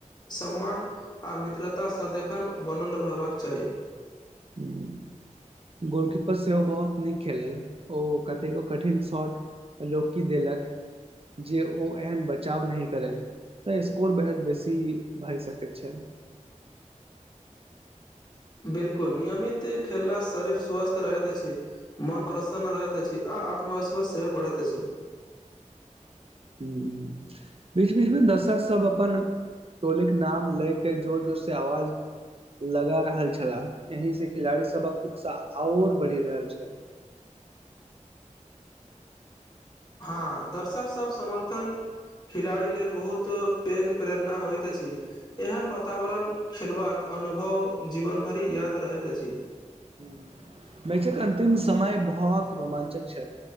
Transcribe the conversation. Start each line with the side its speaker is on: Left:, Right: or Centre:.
Left: सम्मान आ मित्रता सदिखन बनल रहबाक चाही
Right: हम्म, गोलकीपर सेहो बहुत नीक खेलल ओ कतेको कठिन शॉट रोकि देलक जे ओ एहन बचाव नहि करैथ तऽ स्कोर बेहद बेसी भए सकैत छल
Left: बिल्कुल नियमित खेलला शरीर स्वस्थ रहैत अछि मन प्रसन्न रहैत अछि आ आत्मविश्वास सेहो बढ़ैत अछि
Right: हूंम्म बीच बीचमे दर्शक सब अपन टोलीक नाम लै के जोर जोर से आवाज लगा रहल छला एहि से खिलाड़ी सबक उत्साह आओर बढ़ि रहल छल
Left: हँ दर्शकसभ समर्थन खिलाड़ी लेल बहुत पैघ प्रेरणा होइत अछि एहन वातावरण खेलबाक अनुभव जीवन भरि याद रहैत अछि
Right: <unintelligible> मैच एक अंतिम समय बहौत रोमाचक छल